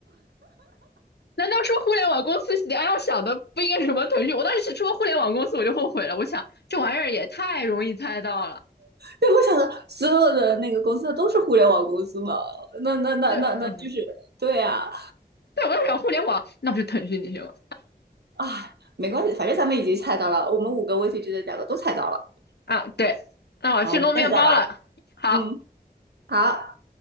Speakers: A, on the left (about 85°); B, on the right (about 80°).
A: 难道说互联网公司你要想的不应该是什么腾讯？我当时说互联网公司我就后悔了，我想这玩意儿也太容易猜到了。
B: 对，我想的所有的那个公司都是互联网公司嘛？那那那那那就是对啊
A: 对，嗯，对，我要想互联网，那不是腾讯那些吗？
B: 啊，没关系，反正咱们已经猜到了，我们五个问题之内两个都猜到了。
A: 啊，对，那我去弄面包了。
B: 好，我们下次再玩。
A: 好，
B: 嗯，好。